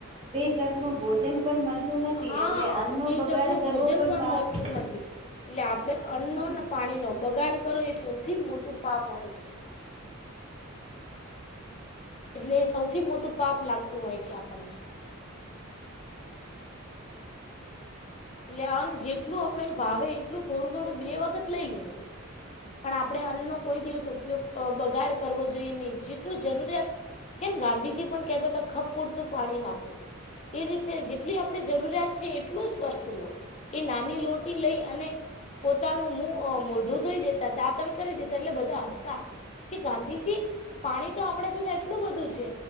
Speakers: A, on the right; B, on the left.
A: બે ટક ન ભોજન પણ મળ શું નથી
B: હા
A: એટલે અન્નો
B: બે
A: બગાડ
B: ટક નું
A: કરવો
B: ભોજન
A: પણ પાપ
B: મળતું
A: છે
B: નથી એટલે આપડણે અન્નો
A: હમ
B: અનેને પાણીનોો બગાડ કરો એ સૌથી મોટું પાપ હોય છે એટલે સૌથી મોટું પાપ લાગતું હોય છે આપણને એટલે આ જેટલું આપડે ભાવે એટલું થોડું થોડું બે વખત લઈ લેવું પણ આપણે અન્નનો કોઈ દિવસ ઉપયોગ બગાડ કરવો જોઈએ નહી જેટલું જરૂરિયાત કેમ ગાંધીજી પણ કેહેતા હતા ખપ પૂરતું પાણી વાપરો એ રીતે જેટલી આપણે જરૂરિયાત છે એટલું જ વસ્તુ લો એ નાની લોટી લઈ અને પોતાનું મુ મોઢું ધોઈ દે દાતન કરી દેતા એટલે બધા હસતા કે ગાંધીજી પાણી તો આપડે જોડ એટલું બધું છે